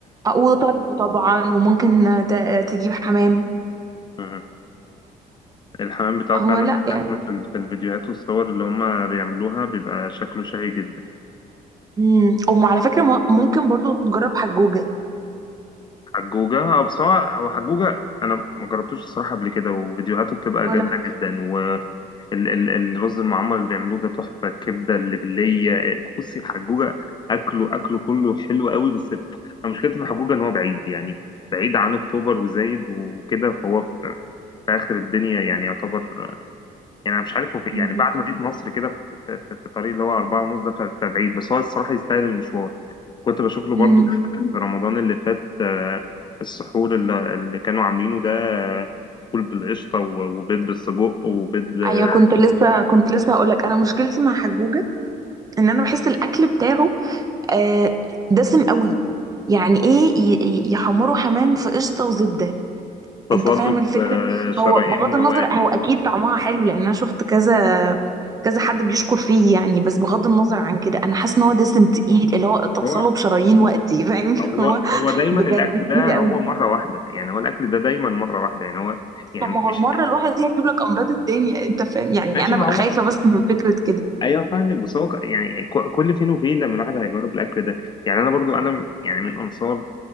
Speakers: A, on the right; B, on the left.
A: آه، وطرب طبعا وممكن ت- تجيب حمام
B: آه، الحمام بتاعه
A: هو
B: فعلا
A: لا
B: شكله
A: يعني
B: في ال- في الفيديوهات والصور اللي هما بيعملوها بيبقى شكله شهي جدا
A: امم وعلى فكرة م- ممكن برضو تجرب حجوجة
B: حجوجة اه بس هو هو حجوجة انا ما جربتوش الصراحة قبل كده وفيديوهاته بتبقى
A: ولا
B: جامدة جدا ال- ال- الرز المعمر اللي بيعملوه ده تحفة الكبدة اللي باللية إيه، بصي الحجوجة أكله أكله كله حلو قوي بس أنا مشكلتي مع حجوجة إن هو بعيد يعني بعيد عن أكتوبر وزايد وكده فهو في آخر الدنيا يعني يعتبر يعني أنا مش عارف هو في- يعني
A: مم.
B: بعد مدينة نصر كده في في- في الطريق اللي هو أربعة ونص ده ف- فبعيد بس هو الصراحة يستاهل المشوار كنت بشوف له
A: مم.
B: برضه في رمضان اللي فات آه، السحور اللي اللي كانوا عاملينه ده آه، فول بالقشطة و- وبيض بالسجق وبيض آه،
A: ايوه كنت لسه كنت لسه هقول لك انا مشكلتي مع حجوجة ان انا بحس الاكل بتاعه آه، دسم قوي يعني ايه ي- ي- يحمروا حمام في قشطه وزبده
B: تصلب
A: انت فاهم الفكره
B: آه، شرايين
A: هو بغض النظر
B: وقتي
A: هو اكيد طعمها حلو لان انا شفت كذا كذا حد بيشكر فيه يعني بس بغض النظر عن كده انا حاسه ان هو دسم تقيل اللي هو اتصله
B: هو
A: بشرايين وقتي فاهم <laughs>
B: هو
A: هو
B: هو دايما
A: بجد
B: الاكل
A: تقيل
B: ده
A: قوي
B: هو مره واحده يعني هو الاكل ده دايما مره واحده يعني هو يعني
A: طب ما هو
B: مش
A: المره الواحده دي هتجيب لك امراض الدنيا انت فاهم يعني
B: ماشي
A: انا
B: ما
A: بقى
B: هو
A: خايفه بس من فكره كده
B: ايوه فاهمك بس هو ك- يعني ك- كل فين وفين لما الواحد هيجرب الاكل ده يعني انا برضو انا يعني من انصار